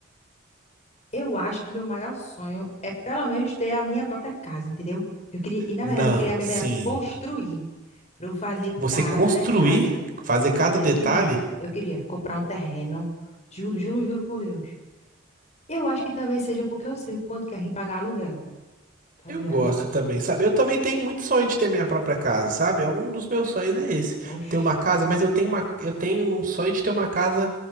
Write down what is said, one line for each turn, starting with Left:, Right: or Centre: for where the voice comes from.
Left: eu acho que meu maior sonho é pelo menos ter a minha própria casa, entendeu? Eu queria, e na
Right: Não,
Left: verdade eu queria mesmo
Right: sim.
Left: era construir, pra eu fazer
Right: Você
Left: cada
Right: construir,
Left: detalhe.
Right: fazer cada
Left: Eu
Right: detalhe,
Left: queria, eu queria comprar um terreno, juro, juro, juro por Deus. Eu acho que talvez seja porque eu sei o quanto que a gente pagar aluguel, tá
Right: eu
Left: ligado?
Right: gosto também, sabe? Eu também tenho muito sonho de ter minha própria casa, sabe? É um dos meus sonhos é esse,
Left: Oxe,
Right: ter uma casa, mas eu tenho uma, eu tenho um sonho de ter uma casa